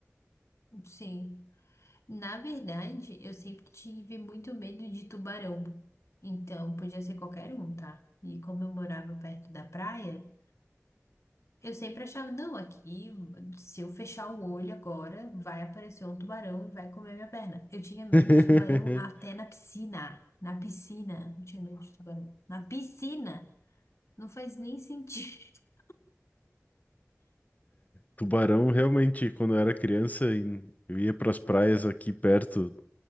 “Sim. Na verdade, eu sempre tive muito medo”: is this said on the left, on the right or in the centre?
Left